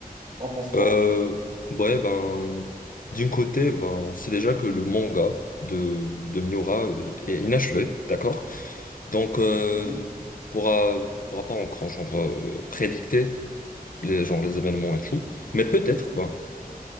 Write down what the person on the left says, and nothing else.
Euh, ouais, ben, d'un côté, ben, on sait déjà que le manga de, de Miura euh, est inachevé, d'accord? Donc, euh,
pourra, pourra pas encore genre, euh, prédicter les, genre, les événements et tout. Mais peut-être, ben,